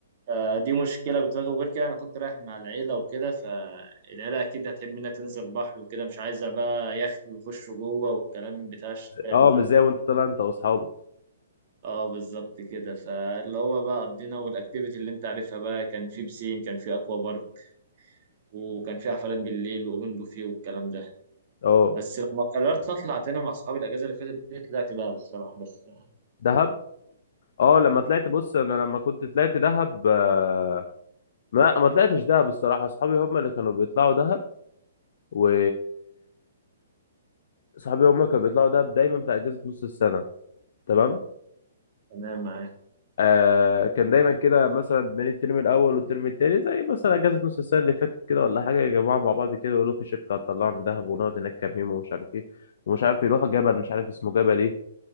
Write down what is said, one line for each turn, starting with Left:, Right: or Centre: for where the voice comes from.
Right: فدي مشكلة بتواجه وغير كده انا كنت رايح مع العيلة وكده فالعيلة اكيد هتحب انها تنزل بحر وكده مش عايزة بقى يخت ويخشوا جوه والكلام بتاع الشباب
Left: اه
Right: ده
Left: مش زي وانت طالع انت واصحابك
Right: اه بالظبط كده فاللي هو بقى قضينا والاكتيفيتي اللي انت عارفها بقى كان في بسين كان في اكوا بارك وكان في حفلات بالليل واوبن بوفيه والكلام ده
Left: اه
Right: بس لما قررت اطلع تاني مع اصحابي الاجازه اللي فاتت دي طلعت بقى بالصراحه بس
Left: دهب اه لما طلعت بص انا لما كنت طلعت دهب آه، ما ما طلعتش دهب الصراحه اصحابي هم اللي كانوا بيطلعوا دهب و صحابي هم كانوا بيطلعوا دهب دايما في اجازه نص السنه تمام
Right: تمام معاك
Left: آه كان دايما كده مثلا بين الترم الاول والترم التاني زي مثلا اجازه نص السنه اللي فاتت كده ولا حاجه يا جماعه مع بعض كده يقولوا في شركه هتطلعنا دهب ونقعد هناك كام يوم ومش عارف ايه ومش عارف يروحوا جبل مش عارف اسمه جبل ايه